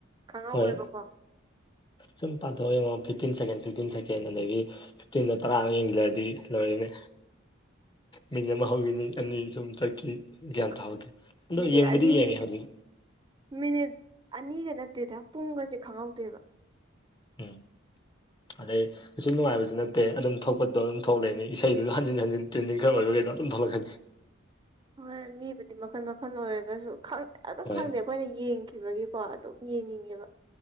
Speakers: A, on the right; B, on the left.
A: ꯈꯪꯍꯧꯋꯦꯕꯀꯣ
B: ꯍꯣꯏ ꯁꯨꯝ ꯄꯥꯊꯣꯛꯑ ꯌꯦꯡꯉꯣ ꯐꯤꯞꯇꯤꯟ ꯁꯦꯀꯦꯟ ꯐꯤꯞꯇꯤꯟ ꯁꯦꯀꯦꯟ ꯑꯗꯒꯤ ꯐꯤꯞꯇꯤꯟꯗ ꯇꯔꯥꯔꯛ ꯌꯦꯡꯁꯤꯜꯂꯛꯑꯗꯤ ꯂꯣꯏꯔꯦꯅꯦ ꯃꯤꯅꯤꯠ ꯑꯃ ꯍꯧꯒꯤꯅꯤ ꯑꯅꯤ ꯁꯨꯝ ꯆꯠꯈꯤ ꯒ꯭ꯌꯥꯟ
A: ꯑꯗꯨ
B: ꯇꯥꯍꯧꯗꯦ ꯑꯗꯣ
A: ꯃꯤꯅꯤꯠ
B: ꯌꯦꯡꯕꯨꯗꯤ
A: ꯑꯅꯤ
B: ꯌꯦꯡꯉꯦ ꯍꯧꯖꯤꯛ
A: ꯃꯤꯅꯤꯠ ꯑꯅꯤꯒ ꯅꯠꯇꯦꯗ ꯄꯨꯡꯒꯁꯦ ꯈꯪꯍꯧꯗꯦꯕ <inaudible>
B: ꯎꯝ ꯑꯗꯩ ꯀꯩꯁꯨ ꯅꯨꯡꯉꯥꯏꯕꯁꯨ ꯅꯠꯇꯦ ꯑꯗꯨꯝ ꯊꯣꯛꯄꯗꯣ ꯑꯗꯨꯝ ꯊꯣꯛꯂꯩꯔꯅꯤ ꯏꯁꯩꯗꯨ ꯍꯟꯖꯤꯟ ꯍꯟꯖꯤꯟ ꯇ꯭ꯔꯦꯟꯗꯤꯡ ꯈꯔ ꯑꯣꯏꯕꯉꯩꯗꯣ ꯑꯗꯨꯝ ꯊꯣꯛꯂꯛꯀꯅꯤ
A: ꯍꯣꯏ ꯃꯤꯕꯨꯗꯤ ꯃꯈꯜ ꯃꯈꯜ ꯑꯣꯏꯔꯒꯁꯨ ꯈꯪꯗꯦ ꯑꯗꯨꯝ
B: ꯍꯣꯏ
A: ꯈꯪꯗꯦ ꯑꯩꯈꯣꯏꯅ ꯌꯦꯡꯈꯤꯕꯒꯤꯀꯣ ꯑꯗꯨꯝ ꯌꯦꯡꯅꯤꯡꯉꯦꯕ